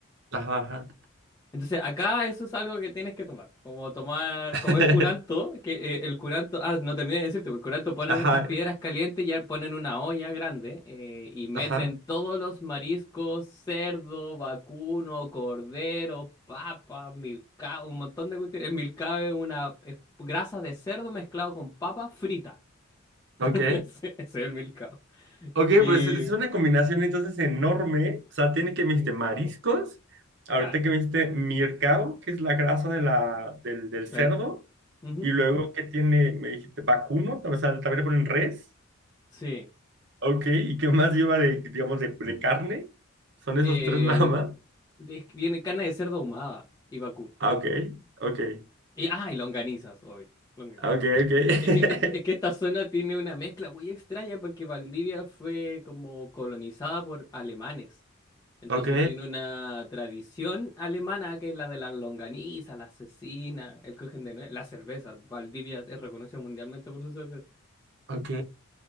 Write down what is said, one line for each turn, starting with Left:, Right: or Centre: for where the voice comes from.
Right: Ajá, ajá.
Left: Entonces, acá eso es algo que tienes que tomar, como tomar,
Right: <laughs>
Left: comer curanto, que eh, el curanto, ah, no terminé de decirte, pero el curanto ponen
Right: Ajá,
Left: estas piedras calientes y ya ponen una olla grande eh, y meten
Right: ajá.
Left: todos los mariscos, cerdo, vacuno, cordero, papa, milcao, un montón de cuestiones. El milcao es una es grasa de cerdo mezclado con papa frita.
Right: Ok.
Left: <laughs> Ese ese es el milcao.
Right: Ok,
Left: Y...
Right: pues es una combinación entonces enorme. O sea, tiene que me dijiste
Left: Sí.
Right: mariscos. Ahorita
Left: Claro,
Right: que me dijiste mircao, que es la grasa de la, del, del
Left: claro.
Right: cerdo.
Left: Ujú.
Right: Y luego que tiene, me dijiste vacuno, o sea, también le ponen res.
Left: Sí.
Right: Ok, ¿y qué más lleva de, digamos, de, de carne? Son esos
Left: Eh,
Right: tres <laughs> nada más.
Left: es- viene carne de cerdo ahumada y vacuno.
Right: Ah, ok, ok,
Left: Y, ah, y longanizas, obvio. Longanizas.
Right: ok, ok. <laughs>
Left: Es que, est- es que esta zona tiene una mezcla muy extraña porque Valdivia fue como colonizada por alemanes. Entonces
Right: Ok,
Left: tiene una tradición alemana que es la de las longanizas, la asesina, el cojín de nuez, la cerveza. Valdivia es reconocido mundialmente por su cerveza.
Right: ok.